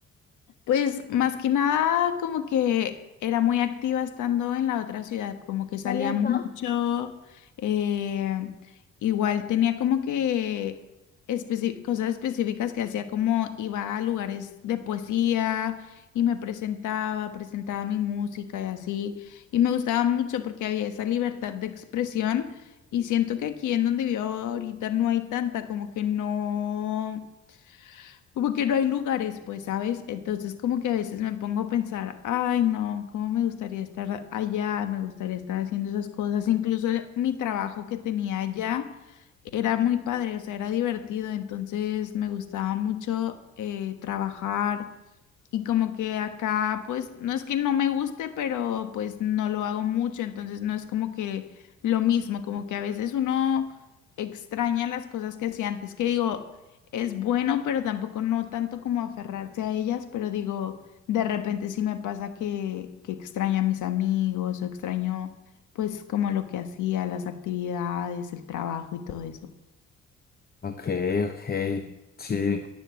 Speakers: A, on the left; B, on the left.
A: Pues más que nada como que era muy activa estando en la otra ciudad, como que salía
B: Hola,
A: mucho,
B: pa.
A: eh, igual tenía como que especi- cosas específicas que hacía como iba a lugares de poesía y me presentaba, presentaba mi música y así, y me gustaba mucho porque había esa libertad de expresión y siento que aquí en donde vivo ahorita no hay tanta, como que no como que no hay lugares, pues, ¿sabes? Entonces como que a veces me pongo a pensar, ay, no, cómo me gustaría estar allá, me gustaría estar haciendo esas cosas. Incluso el- mi trabajo que tenía allá era muy padre, o sea, era divertido, entonces me gustaba mucho eh, trabajar. Y como que acá, pues, no es que no me guste, pero pues no lo hago mucho, entonces no es como que lo mismo, como que a veces uno extraña las cosas que hacía antes, que digo, es bueno, pero tampoco no tanto como aferrarse a ellas, pero digo, de repente sí me pasa que, que extraño a mis amigos o extraño pues como lo que hacía, las actividades, el trabajo y todo eso.
B: Ok, ok. Sí.